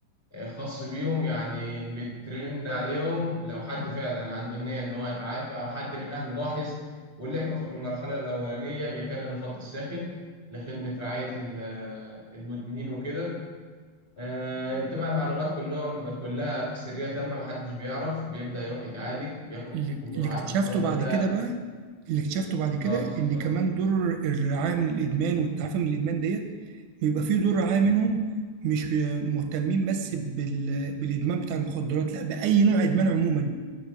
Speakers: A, on the left; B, on the right.
A: خاص بيهم يعني بيترن عليهم لو حد فعلا عنده النية إن هو يتعافى أو حد من أهله لاحظ ولحقه في المرحلة الأولانية بيكلم الخط الساخن لخدمة رعاية ال- آه، المدمنين وكده آه، بتبقى معلومات كلهم كلها في سرية تامة محدش بيعرف بيبدأ يروح يتعالج بياخد
B: اللي
A: الجرعات
B: اللي اكتشفته
A: المضادة
B: بعد
A: بقى
B: كده بقى اللي اكتشفته بعد كده
A: اه
B: ان كمان دور الرعايه من الادمان والتعافي من الادمان ديت بيبقى فيه دور رعاية منهم مش مهتمين بس بال... بالإدمان بتاع المخدرات لا بأي نوع إدمان عموما